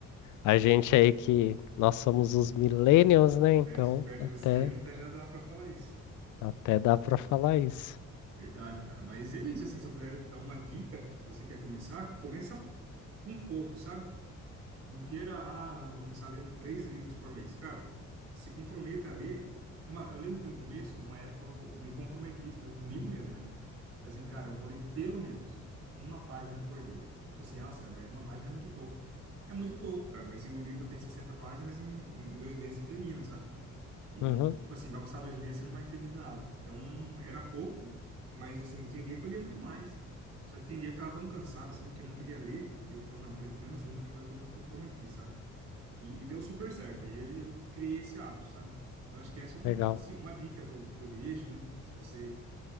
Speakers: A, on the left; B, on the right.
A: a gente aí que nós somos os millennials, né? Então,
B: Perto, perto
A: até,
B: dos 30 já dá pra falar isso.
A: até dá pra falar isso.
B: Verdade, cara. Mas é isso, assim, se eu puder dar uma dica, se você quer começar, começa com pouco, sabe? Não queira, ah, não, vou começar lendo três livros por mês. Cara, se comprometa a ler. Uma, eu lembro que no começo, uma época, eu me comprometi tipo, comigo mesmo, né? Falei assim, cara, eu vou ler pelo menos uma página por dia. Tipo assim, nossa, mas uma página é muito pouco. É muito pouco, cara, mas se o livro tem 60 páginas, em, em dois meses você termina, sabe? E,
A: Uhum.
B: tipo assim, vai passar dois meses e você não vai ter lido nada. Então, era pouco, mas, assim, tinha dia que eu lia muito mais. Só que tinha dia que eu tava tão cansado, assim, que eu não queria ler. E eu falei, não, vou ler pelo menos uma, que foi que eu me comprometi, sabe? E, e deu super certo. Aí eu, eu criei esse hábito, sabe? Então, acho que essa é, um,
A: Legal.
B: assim, uma dica que eu, que eu deixo, né? Se você